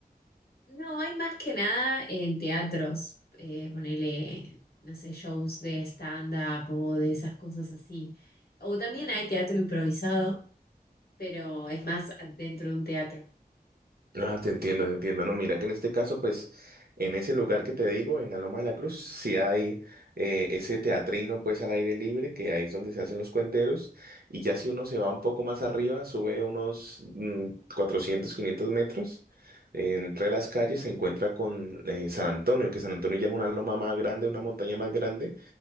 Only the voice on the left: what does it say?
No, hay más que nada en teatros, eh, ponele, no sé, shows de stand-up o de esas cosas así. O también hay teatro improvisado, pero es más dentro de un teatro.